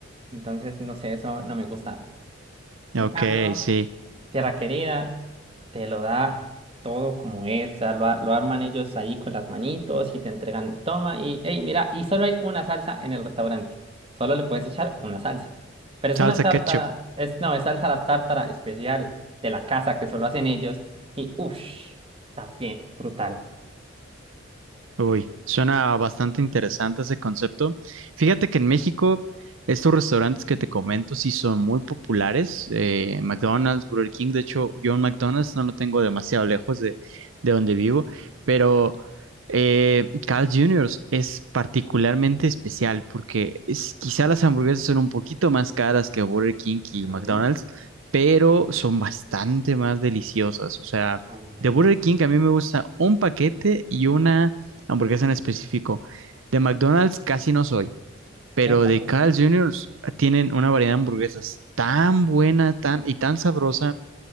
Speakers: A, on the right; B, on the right.
A: Entonces, no sé, eso no me gusta. En
B: Ok,
A: cambio.
B: sí,
A: Tierra Querida te lo da todo como es, o sea, lo, a- lo arman ellos ahí con las manitos y te entregan, toma y, hey, mira, y solo hay una salsa en el restaurante, solo le puedes echar una salsa, pero es
B: salsa
A: una tártara,
B: ketchup.
A: es, no, es salsa la tártara especial de la casa que solo hacen ellos y, uff, también, brutal.
B: Uy, suena bastante interesante ese concepto. Fíjate que en México estos restaurantes que te comento sí son muy populares. eh, McDonald's, Burger King, de hecho yo en McDonald's no lo tengo demasiado lejos de, de donde vivo, pero eh, Carl Jr. es particularmente especial porque es, quizá las hamburguesas son un poquito más caras que Burger King y
A: Ajá.
B: McDonald's, pero son bastante más deliciosas. O sea,
A: Ay, man.
B: de Burger King a mí me gusta un paquete y una hamburguesa en específico. De McDonald's casi no soy, pero
A: Epa,
B: de Carl Jr. tienen una variedad de hamburguesas tan buena, tan y tan sabrosa